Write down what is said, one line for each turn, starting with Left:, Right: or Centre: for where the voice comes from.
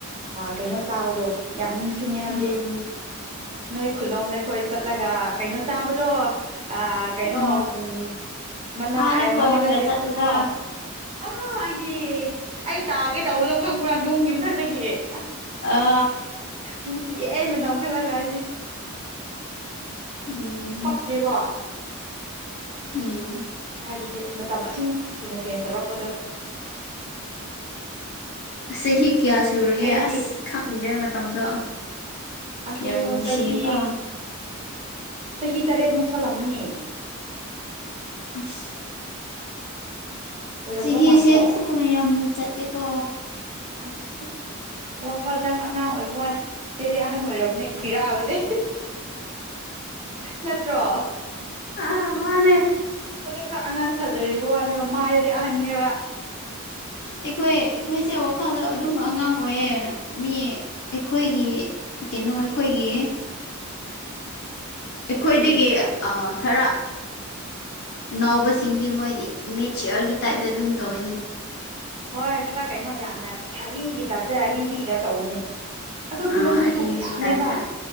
Right: ꯀꯩꯅꯣ ꯆꯥꯎꯗꯣ ꯌꯥꯝ ꯅꯤꯡꯁꯤꯡꯉꯦ ꯍꯥꯏꯕꯗꯤ
Left: ꯎꯝ
Right: ꯅꯣꯏ ꯈꯨꯂꯣꯝꯗ ꯑꯩꯈꯣꯏ ꯆꯠꯂꯒ ꯀꯩꯅꯣ ꯆꯥꯕꯗꯣ ꯑ ꯀꯩꯅꯣ
Left: ꯑ
Right: ꯎꯝ ꯃꯅꯥ
Left: ꯑꯥꯗ ꯀꯣꯏꯔꯒ
Right: ꯃꯅꯥ ꯅꯠꯇꯦ
Left: ꯆꯠꯂꯨꯗ
Right: ꯍ ꯑꯍꯥ ꯑꯩꯗꯤ ꯑꯩ ꯇꯥꯒꯦ ꯇꯧꯕꯗꯣ ꯈꯪꯕ꯭ꯔꯥ ꯅꯨꯡꯒꯤ ꯃꯊꯛꯇꯒꯤ ꯑꯁ
Left: ꯑ
Right: ꯅꯨꯡꯁꯤꯌꯦ ꯃꯦꯗꯥꯝ ꯈꯜꯂꯒ ꯑꯩꯗꯤ
Left: ꯎꯝ
Right: ꯄꯛꯛꯇꯦꯀꯣ
Left: ꯎꯝ
Right: ꯍꯥꯏꯕꯗꯤ ꯃꯇꯝ ꯑꯁꯤꯃꯨꯛ ꯊꯨꯅ ꯆꯦꯟꯁ ꯇꯧꯔꯛꯄꯗꯣ
Left: ꯑꯁꯦ ꯍꯤ ꯀꯌꯥ ꯁꯨꯔꯒꯦ
Right: ꯑꯩꯗꯤ
Left: ꯑꯁ ꯈꯪꯗ꯭ꯔꯦ ꯃꯇꯝꯗꯣ
Right: ꯑꯗꯣ
Left: ꯌꯥꯝꯅꯤꯁꯤ
Right: ꯆꯍꯤ
Left: ꯀ
Right: ꯆꯍꯤ ꯇꯔꯦꯠ ꯃꯨꯛ ꯆꯜꯂꯝꯃꯅꯤ
Left: ꯑꯁ
Right: ꯑꯣꯏꯔꯝꯗꯧ
Left: ꯆꯁꯦ
Right: ꯃꯥꯟꯗ꯭ꯔꯣ
Left: ꯊꯨꯅ ꯌꯥꯝꯅ ꯆꯠꯂꯦꯀꯣ
Right: ꯑꯗꯨ ꯋꯥꯈꯜꯗꯪ ꯑꯉꯥꯡ ꯑꯣꯏꯕ ꯕꯗꯤ ꯑꯍꯟ ꯑꯣꯏꯔꯕꯅꯦ ꯈꯏꯔꯛꯑꯕꯅꯦ ꯅꯠꯇ꯭ꯔꯣ
Left: ꯑ ꯃꯥꯅꯦ
Right: ꯈꯔ ꯑꯉꯥꯡ ꯁꯥꯖꯔꯤꯕ ꯋꯥꯅꯦꯕ ꯃꯥꯏꯗꯗꯤ ꯑꯍꯟꯅꯅꯦꯕ
Left: ꯍ ꯑꯩꯈꯣꯏ ꯑꯩꯈꯣꯏꯁꯦ ꯋꯥꯈꯜꯗ ꯑꯗꯨꯝꯕ ꯑꯉꯥꯡ ꯑꯣꯏꯌꯦ ꯃꯤ ꯑꯩꯈꯣꯏꯒꯤ ꯀꯩꯅꯣ ꯑꯩꯈꯣꯏꯒꯤ ꯑꯩꯈꯣꯏꯗꯒꯤ
Right: ꯀꯔꯤ
Left: ꯈꯔ ꯅꯥꯎꯕꯁꯤꯡꯗꯤ ꯃꯣꯏꯗꯤ ꯃꯦꯠꯆꯌꯥꯔꯒꯤ ꯇꯥꯏꯞꯇ ꯑꯗꯨꯝ ꯇꯧꯋꯤꯅꯦ
Right: ꯍꯣꯏ ꯈꯔ ꯀꯩꯅꯣ ꯌꯥꯝꯅ ꯁꯛꯂꯤꯒꯤ ꯇꯥꯏꯞꯇ ꯑꯔꯤꯕꯒꯤꯗ ꯇꯧꯕꯅꯦ ꯑꯩꯈꯣꯏ ꯈꯨꯂꯣꯗꯁꯨ
Left: ꯑꯥ ꯑꯔꯤꯕ
Right: ꯇꯧꯕ ꯌꯥꯝꯃꯦꯕ
Left: ꯇꯥꯏꯞꯇ